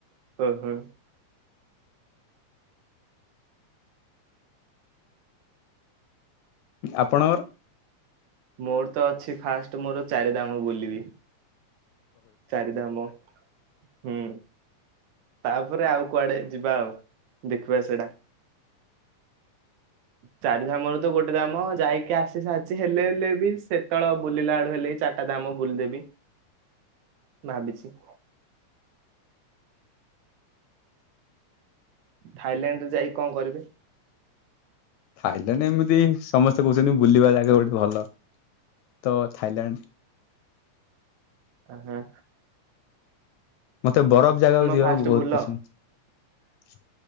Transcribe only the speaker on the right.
ଓ ହୋ।
ମୋର ତ ଅଛି ଫାଷ୍ଟ ମୋର ଚାରି ଧାମ ବୁଲିବି। ଚାରିଧାମ ହୁଁ। ତାପରେ ଆଉ କୁଆଡେ ଯିବା ଆଉ ଦେଖିବା ସେଇଟା। ଚାରି ଧାମରୁ ତ ଗୋଟେ ଧାମ ଯାଇକି ଆସି ସାରିଛି ହେଲେ ହେଲେ ବି ସେତବେଳ ବୁଲିଲାଳୁ ହେଲେ ଏଇ ଚା ଚାରଟା ଧାମ ବୁଲଦେବି ଭାବିଛି। ଥାଇଲାଣ୍ଡ ରେ ଯାଇ କଣ କରିବେ?
ହୁଁ।
ଫାଷ୍ଟ
ବୁଲ